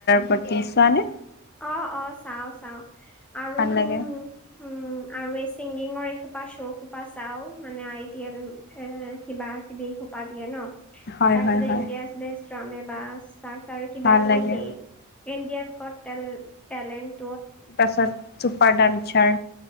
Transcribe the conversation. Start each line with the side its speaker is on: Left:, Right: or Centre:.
Left: বাকী চোৱা নে?
Centre: অ, অ, চাও, চাও। আৰু
Left: ভাল লাগে
Centre: উম আৰু এই চিংগিঙৰ এই সোপা শ্ব' সোপা চাও, মানে আই টি এল, এ কিবা কিবি সোপা দিয়ে ন?
Left: হয়
Centre: তাৰপিছত
Left: হয় হয়
Centre: ইন্দিয়াজ‌ বেষ্ট ড্ৰামে বাজ, তাৰপিছত আৰু কিবা
Left: ভাল
Centre: কিবি
Left: লাগে
Centre: সেই ইণ্ডিয়াজ গট টেল টেলেণ্ট
Left: তাৰপিছত চুপাৰ ডান্সাৰ,